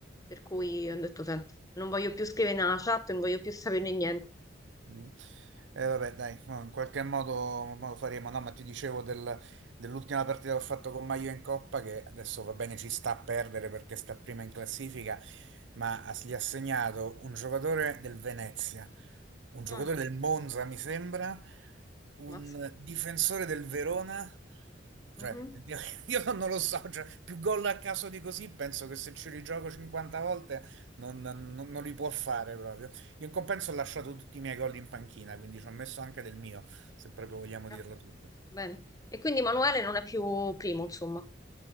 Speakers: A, on the left; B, on the right.
A: Per cui ho detto, senti, non voglio più scrivere nella chat, non voglio più saperne niente.
B: Mm. Eh, vabbè, dai, no, in qualche modo, modo faremo. No, ma ti dicevo del- dell'ultima partita che ho fatto con Maio in Coppa, che adesso va bene, ci sta a perdere perché sta prima in classifica, ma ha- gli ha segnato un giocatore del Venezia, un giocatore
A: Ah,
B: del Monza, mi sembra, un
A: mazza.
B: difensore del Verona. Cioè,
A: Mhm.
B: io <laughs> io non lo so, cioè, più gol a caso di così, penso che se ci rigioco 50 volte non, non- non li può fare proprio. Io in compenso ho lasciato tutti i miei gol in panchina, quindi ci ho messo anche del mio, se proprio vogliamo
A: Ah,
B: dirla tutta.
A: Bene. E quindi Manuele non è più primo, insomma.